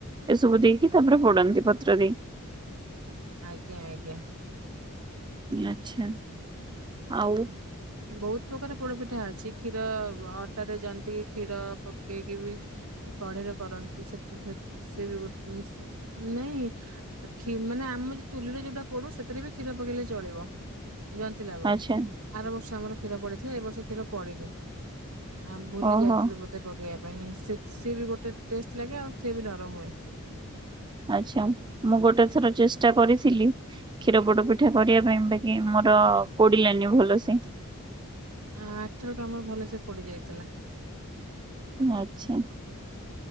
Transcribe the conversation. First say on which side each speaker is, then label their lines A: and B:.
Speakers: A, on the right (about 20°); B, on the right (about 75°).
A: ଏସବୁ ଦେଇକି ତାପରେ ପଡନ୍ତି ପତ୍ର ରେ
B: ଆଜ୍ଞା ଆଜ୍ଞା।
A: ଆଚ୍ଛା ଆଉ
B: ହୁଁ। ବହୁତ ପ୍ରକାର ପୋଡପିଠା ଅଛି କ୍ଷୀର ଅଟାରେ ଯନ୍ତି କ୍ଷୀର ପକେଇକି ବି କଢେଇରେ କରନ୍ତି ସେଥି <unintelligible> ସେ ବି ଗୋଟେ ନାଇଁ କ୍ଷି ଆମେ ଯଉ ଚୁଲିରେ ଯୋଉଟା ପଡୁ ସେଥିରେ ବି କ୍ଷୀର ପକେଇଲେ ଚଳିବ ଜନ୍ତିଲା ବେଳେ
A: ଆଛା
B: ଆର ବର୍ଷ ଆମର କ୍ଷୀର ପଡିଥିଲା ଏ ବର୍ଷ କ୍ଷୀର ପଡିନି ଆଉ ଭୁଲି
A: ଓହୋ
B: ଯାଇଥିଲୁ ବୋଧେ ପକେଇବାକୁ ପାଇଁ ସେ ସିଏ ବି ଗୋଟେ ଟେଷ୍ଟ ଲାଗେ ଆଉ ସିଏ ବି ନରମ ହୁଏ
A: ଆଚ୍ଛା ମୁଁ ଗୋଟେ ଥର ଚେଷ୍ଟା କରିଥିଲି କ୍ଷୀର ପୋଡ ପିଠା କରିବା ପାଇଁ ବାକି ମୋର କୋଡିଲାନି ଭଲସେ
B: ଆ ଆରଥରକ ଆମର ଭଲ ସେ ପଡି ଯାଇଥିଲା
A: ଆଛା